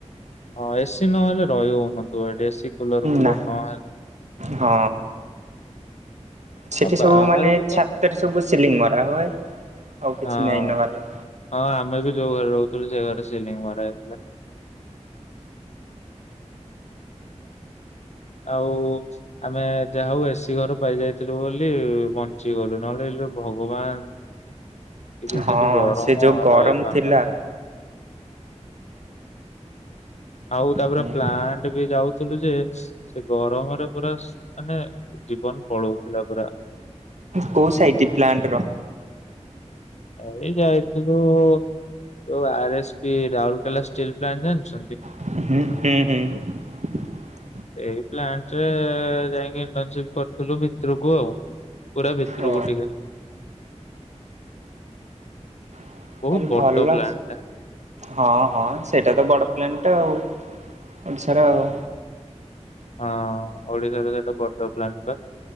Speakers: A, on the left; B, on the right.
A: ହଁ ଏସିି ନହେଲେ ରହି ହଉନ ତୁ ଏଠି । କୁଲର ଫୁଲର
B: ନା
A: ନ ଆଣିଲେ।
B: ହଁ। ସେଠି
A: ଆଉ ବାହାରକୁ
B: ସବୁ ମାନେ
A: ତ
B: ଛାତରେ ସବୁ ସିଲିଂ ମରା ହୁଏ ଆଉ କିଛି
A: ହଁ
B: ନାହିଁ ନହେଲେ।
A: ହଁ ଆମେ ବି ଯୋଉ ଘରେ ରହୁଥିଲୁ ସେ ଘରେ ସିଲିଂ ମରା ହେଇଥିଲା। ଆଉ ଆମେ ଯାହା ହଉ ଏସି ଘର ପାଇ ଯାଇଥିଲୁ ବୋଲି ବଞ୍ଚି ଗଲୁ ନହେଲେ ଇଲୋ ଭଗବାନ। ଟିକେ ସେଠି
B: ହଁ
A: ଗରମ
B: ସେ ଯୋଉ ଗରମ
A: ରହି ପାରୁନଥା
B: ଥିଲା।
A: ଆଉ ତାପରେ
B: ହୁଁ।
A: ପ୍ଲାଟ ବି ଯାଉଥିଲୁ ଯେ ସେ ଗରମରେ ପୁରା ମାନେ ଜୀବନ ପଳଉଥିଲା ପୁରା।
B: କୋଉ ସାଇଟ୍ ପ୍ଲାଣ୍ଟ ର।
A: ଏଇ ଯାଇଥିଲୁ ଯୋଉ R- S- P Rourkela steel plant ଜାଣିଛନ୍ତି।
B: ହୁଁ ହୁଁ ହୁଁ।
A: ସେଇ ପ୍ଲାଣ୍ଟରେ ଯାଇକି ଇଣ୍ଟରନସିପ କରିଥିଲୁ ଭିତରକୁ ଆଉ। ପୁରା ଭିତରକୁ
B: ଓ।
A: ଟିକେ।
B: <unintelligible>
A: ବହୁତ ବଡ
B: ଭଲ
A: ପ୍ଲାଣ୍ଟ ଟା।
B: ହଁ ହଁ ସେଇଟା ତ ବଡ଼। ପ୍ଲାଟ ଟା ଆଉ ଓଡ଼ିଶାର ଆଉ।
A: ହଁ ଓଡିଶାର ସେଟା ବଡ ପ୍ଲାଟ ଟା